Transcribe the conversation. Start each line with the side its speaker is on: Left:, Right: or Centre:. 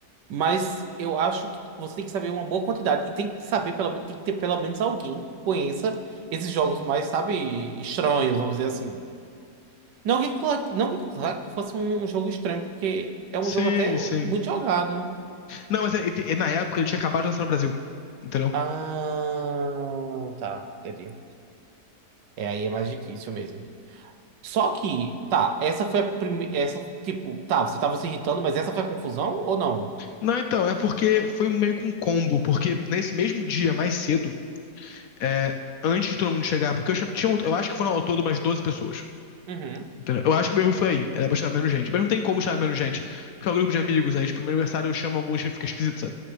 Right: Mas eu acho que você tem que saber uma boa quantidade. E tem que saber, pelo, men- tem que ter pelo menos alguém que conheça esses jogos mais, sabe, estranhos, vamos dizer assim. Não que, Cla- não que claro que fosse um, um jogo estranho, porque é um
Left: sim,
Right: jogo até
Left: sim.
Right: muito jogado.
Left: Não, mas é- é- na época ele tinha acabado de lançar no Brasil. Entendeu?
Right: Ah, tá, entendi. É, aí é mais difícil mesmo. Só que, tá, essa foi a primeira. Essa, tipo, tá, você tava se irritando, mas essa foi a confusão ou não?
Left: Não, então, é porque foi meio que um combo, porque nesse mesmo dia, mais cedo, é, antes de todo mundo chegar, porque eu, cham- tinha, eu acho que foram ao todo umas 12 pessoas,
Right: Uhum,
Left: entendeu? Eu acho que o meu erro foi aí, era pra chamar menos gente, mas não tem como chamar menos gente, porque é um grupo de amigos, aí, tipo, no meu aniversário eu chamo alguns que fica esquisito, sabe?